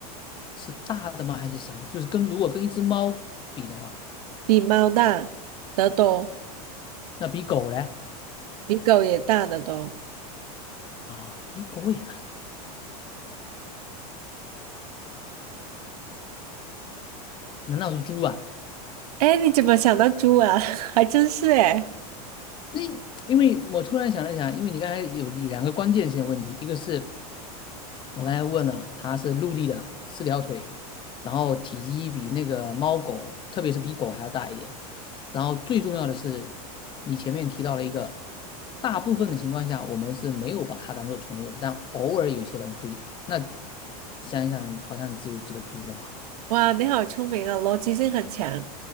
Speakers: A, on the left; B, on the right.
A: 是大的吗？还是小的？就是跟如果跟一只猫比的话，
B: 比猫大得多，
A: 那比狗嘞
B: 比狗也大得多。
A: 啊，比狗也大得多。难道是猪啊？
B: 哎，你怎么想到猪啊？<laughs> 还真是哎，
A: 那因为我突然想了想，因为你刚才有两个关键性的问题，一个是我刚才问了，它是陆地的四条腿，然后体积比那个猫狗，特别是比狗还要大一点。然后最重要的是，你前面提到了一个，大部分的情况下我们是没有把它当做宠物的，但偶尔有些人会。那想一想，好像只有这个猪了吧？
B: 哇，你好聪明啊，逻辑性很强。